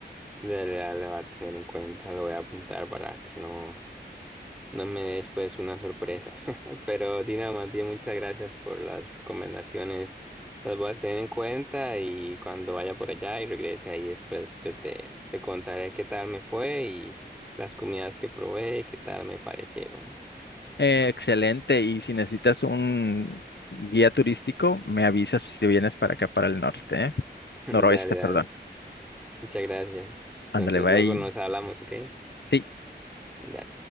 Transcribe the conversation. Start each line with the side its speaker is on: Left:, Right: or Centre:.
Centre: Dale, dale, va a tener en cuenta, lo voy a apuntar para que no. No me des pues una sorpresa. <laughs> Pero Dina, más bien muchas gracias por las recomendaciones. Las voy a tener en cuenta y cuando vaya por allá y regrese ahí después yo te, te contaré qué tal me fue y las comidas que probé, y qué tal me parecieron.
Left: Eh, excelente, y si necesitas un guía turístico, me avisas si vienes para acá, para el norte, ¿eh?
Centre: <laughs>
Left: Noroeste,
Centre: Dale, dale.
Left: perdón.
Centre: Muchas gracias.
Left: Ándale,
Centre: Entonces
Left: va
Centre: luego
Left: ahí.
Centre: nos hablamos, ¿ok?
Left: Sí.
Centre: Dale.